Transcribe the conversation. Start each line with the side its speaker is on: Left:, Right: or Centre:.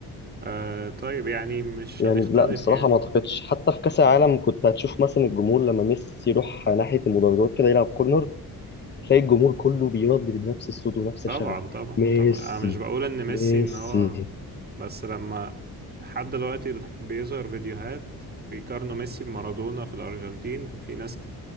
Right: آه طيب يعني مش
Left: يعني
Right: هنختلف
Left: لا بصراحه
Right: يعني
Left: ما اعتقدش حتى في كاس العالم كنت هتشوف مثلا الجمهور لما ميسي يروح ناحيه المدرجات كده يلعب كورنر تلاقي الجمهور كله بيردد نفس الصوت ونفس
Right: طبعا
Left: الشغف
Right: طبعا
Left: ميسي
Right: طبعا انا مش بقول ان ميسي
Left: ميسي
Right: ان هو بس لما لحد دلوقتي بيظهر فيديوهات بيقارنوا ميسي بمارادونا في الارجنتين في ناس